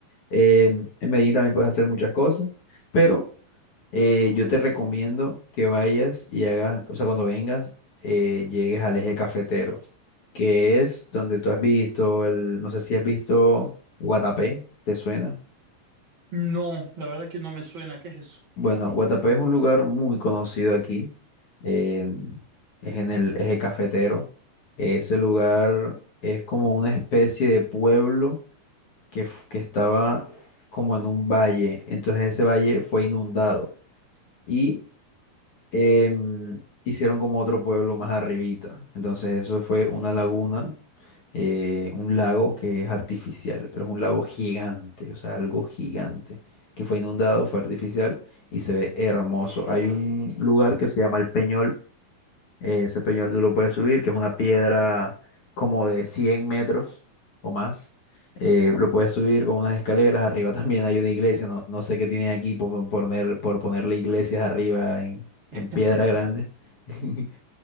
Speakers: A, on the left; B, on the right.
A: Eh, en Medellín también puedes hacer muchas cosas, pero eh, yo te recomiendo que vayas y hagas, o sea, cuando vengas, eh, llegues al eje cafetero, que es donde tú has visto, el, no sé si has visto Guatapé, ¿te suena?
B: No, la verdad que no me suena. ¿Qué es eso?
A: Bueno, Guatapé es un lugar muy conocido aquí. en- es en el eje cafetero. Ese lugar es como una especie de pueblo que, f- que estaba como en un valle. Entonces ese valle fue inundado y em, hicieron como otro pueblo más arribita. Entonces eso fue una laguna, eh, un lago que es artificial, pero es un lago gigante, o sea, algo gigante, que fue inundado, fue artificial y se ve hermoso. Hay un lugar que se llama El Peñol, eh, Ese peñol tú lo puedes subir, que es una piedra como de 100 metros o más. Eh, lo puedes subir con unas escaleras. Arriba también hay una iglesia. No, no sé qué tienen aquí por poner, por ponerle iglesias arriba en,
B: <laughs>
A: en piedra grande. <laughs>